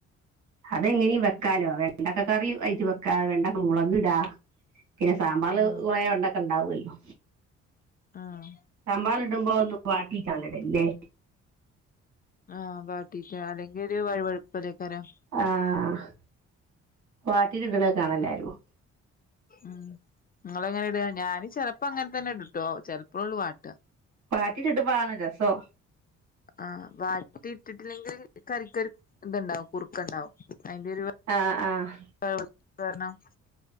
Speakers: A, on the right; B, on the left.
A: അതെങ്ങനിം വെക്കാലോ വെണ്ടക്ക കറി അയ്റ്റ് വെക്ക വെണ്ടക്ക മുളക് ഇടാ പിന്നെ സാമ്പാറ്ൽ
B: ആഹ്
A: കൊറേവെണ്ട ക്കണ്ടാവൊല്ലോ
B: ആഹ്
A: സാമ്പാർല്ട്മ്പോ ഒന്ന്‌ വാട്ടീട്ടാണ് ടല്ല്ലേ
B: ആഹ് ബാട്ടീട്ട അല്ലെങ്കി ഒര് വഴ് വഴുപ്പല്ലേക്കാരം
A: ആഹ് വാട്ടിട്ണ കാണ എല്ലാരും
B: ഉം ങ്ങളെങ്ങനെ ഇട ഞാന് ചെലപ്പോ അങ്ങൻ തന്നെ ഇടുട്ടോ ചലപ്പോള്ളൂ വാട്ട
A: വാട്ടിട്ട് ട്മ്പാണ് രസോ
B: ആഹ് വാട്ടി ഇട്ടിട്ടില്ലെങ്കിൽ കറിക്കൊരു ഇത്ണ്ടാവും കുറുക്കണ്ടാവും അയ്ന്റെ ഒര്
A: ആഹ് ആഹ്
B: <unintelligible> വെര്ന്നം